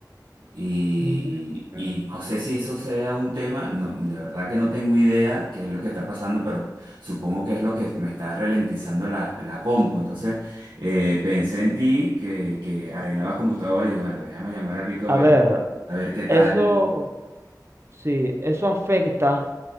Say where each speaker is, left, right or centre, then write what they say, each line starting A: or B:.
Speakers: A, on the right; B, on the right.
A: Y,
B: Mm,
A: y no sé si eso sea un tema, no, de verdad que no tengo idea qué es lo que está pasando, pero supongo que es lo que me está ralentizando la, la compu. Entonces eh, pensé en ti que, que arreglabas computadoras y yo, bueno, déjame llamar a Rico a
B: A
A: ver,
B: ver,
A: a ver qué tal.
B: eso, sí, eso afecta.